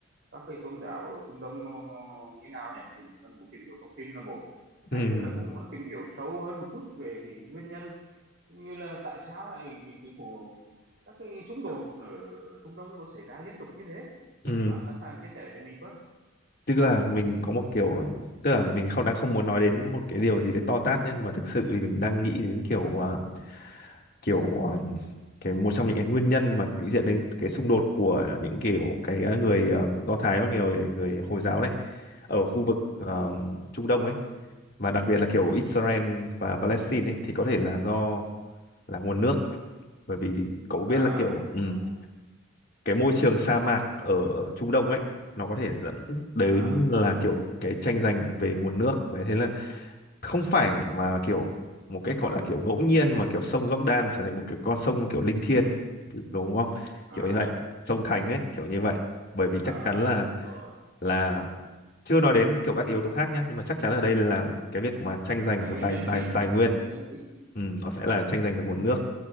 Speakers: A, on the right; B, on the left.
A: các cái tôn giáo ở phương Đông nó nó nó như nào nhỉ? Mình đang muốn tìm hiểu thông tin là một, hai
B: ừ,
A: nữa là cũng muốn tìm hiểu sâu hơn một chút về cái nguyên nhân cũng như là tại sao lại cái, cái của các cái xung đột ở Trung Đông nó xảy ra liên tục như thế.
B: ừ.
A: Chắc các bạn sẵn sàng chia sẻ cho mình với.
B: Tức là mình có một kiểu tức là mình không đang không muốn nói đến một cái điều gì đấy to tát nhá nhưng mà thực sự thì mình đang nghĩ đến kiểu à, kiểu à, cái một trong những cái nguyên nhân mà dẫn đến cái xung đột của những kiểu cái à, người à, Do Thái và người người Hồi giáo này ở khu vực
A: Ừ.
B: à, Trung Đông ấy và đặc biệt là kiểu Israel và Palestine ấy thì có thể là do là nguồn nước bởi vì cậu
A: À,
B: biết là kiểu ừ,
A: có một-
B: cái môi trường sa mạc ở, ở Trung Đông ấy nó có thể dẫn đến
A: à,
B: là kiểu cái tranh giành về nguồn nước đấy thế là không phải mà kiểu một cách gọi là kiểu ngẫu nhiên mà kiểu sông Jordan trở thành một cái con sông kiểu linh thiêng đúng không
A: à.
B: kiểu như vậy sông Thành ấy kiểu như vậy bởi vì chắc
A: à
B: chắn là
A: à, đúng rồi
B: là chưa nói đến kiểu các yếu tố khác nhé nhưng mà chắc chắn ở đây là cái việc mà tranh giành
A: là nguyên
B: về tài
A: nhân
B: tài
A: chính
B: tài
A: là
B: nguyên
A: nguyên nhân Ừ. chính
B: ừ,
A: ừ.
B: nó sẽ là tranh giành về
A: tài
B: nguồn
A: nguyên
B: nước